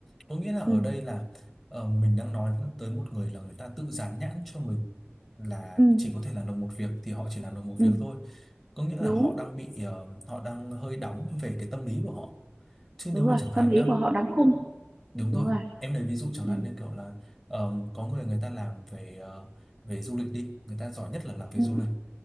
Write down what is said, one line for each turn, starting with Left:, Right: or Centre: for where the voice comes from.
Centre: có nghĩa là ở
Right: ừ
Centre: đây là ờ, mình đang nói tới một người là người ta tự dán nhãn cho mình là
Right: ừ
Centre: chỉ có thể làm được một việc thì họ chỉ làm được một
Right: ừ.
Centre: việc thôi có nghĩa là
Right: đúng
Centre: họ đang bị ờ, họ đang hơi đóng về cái tâm lý của họ chứ
Right: đúng
Centre: nếu
Right: rồi
Centre: mà chẳng hạn
Right: tâm lý
Centre: nhá
Right: của họ đóng khung
Centre: đúng
Right: đúng
Centre: rồi
Right: rồi
Centre: em lấy ví dụ chẳng
Right: ừ
Centre: hạn như kiểu là ờ, có người người ta làm về ờ, về du lịch đi người ta giỏi nhất là làm về
Right: ừ
Centre: du lịch